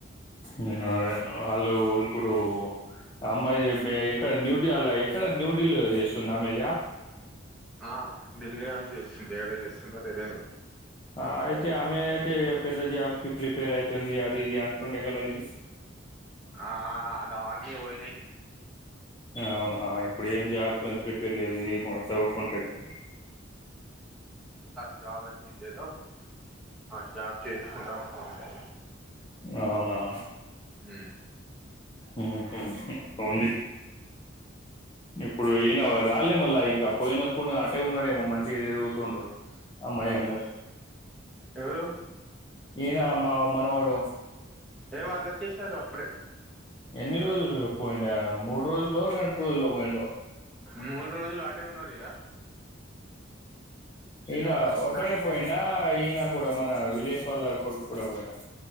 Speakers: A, on the left; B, in the centre.
A: ఊఉ వాళ్ళు ఇప్పుడు అమ్మాయి ఎక్కడ న్యూడీల్లీ ఎక్కడ న్యూడీల్లీ చేస్తుంది అమ్మాయి జాబ్.
B: ఆ డిల్లీ జస్సింతక్కడ జసింద తెలియ
A: ఆ అయితే అమె అయితే పెద్ద జాబ్ కి ప్రిపేర్ అయితుంది అది ఇది అంటుండే ఇలు
B: ఆ, అది అవన్నీ పోయినాయి
A: అవునా ఇప్పుడు ఏం జాబ్ ప్రిపేర్ లేదు ఇది మ చౌవుకుంటాంది.
B: జబ్ వచ్చిందేదో ఆ జాబ్ చేసుకుంటా ఉంటుంది.
A: అవునువును
B: ఊ
A: ఊ హు వుంది ఇప్పుడు ఈయన రాలే మళ్ళా, ఇంకా పోయినప్పుడు అటే ఉన్నాడేమో మంచిగా చదువుతుండు అమ్మాయి అమ్మాయి
B: ఎవరు
A: నేను ఆ మా మనవడు.
B: ఏ వాళ్ళు వచ్చేసారు అప్పుడే.
A: ఎన్ని రోజులు పోయిండాయా మూడు రోజులో రెండు రోజుల్లో పోయిండొ.
B: మూడు రోజులు అట్టే ఉన్నాడుగా.
A: ఈన
B: వాళ్ళు వస్తున్నా
A: ఒక్కడే పోయిండా ఈయన. ఇప్పుడు మన విలేజ్ వాళ్ళ కొడుకు కూడా పోయిండా.